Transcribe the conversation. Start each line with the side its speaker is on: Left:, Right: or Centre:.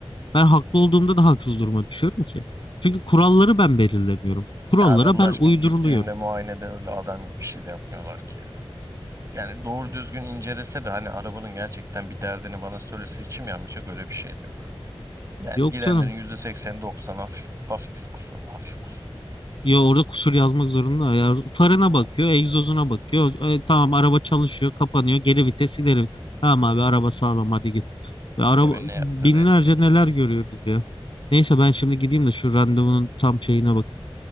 Left: Ben haklı olduğumda da haksız duruma düşüyorum ki. Çünkü kuralları ben belirlemiyorum. Kurallara
Right: Ya abi Allah
Left: ben
Right: aşkına
Left: uyduruluyorum.
Right: gittiğinde muayenede öyle adam gibi bir şey de yapmıyorlar ki ya. Yani doğru düzgün incelese de hani arabanın gerçekten bir derdini bana söylese içim yanmayacak öyle bir şey de yok. Yani
Left: Yok
Right: girenlerin
Left: canım.
Right: %80-90 hafif, hafif kusur, hafif kusur.
Left: Ya orada kusur yazmak zorunda. Ya farına
Right: Evet,
Left: bakıyor, egzozuna bakıyor. E, tamam araba çalışıyor, kapanıyor. Geri vites, ileri vites. Tamam abi araba sağlam hadi git. Ve araba
Right: kimin ne yaptığı
Left: binlerce
Right: belli değil.
Left: neler görüyoruz ya. Neyse ben şimdi gideyim de şu randevunun tam şeyine bakayım.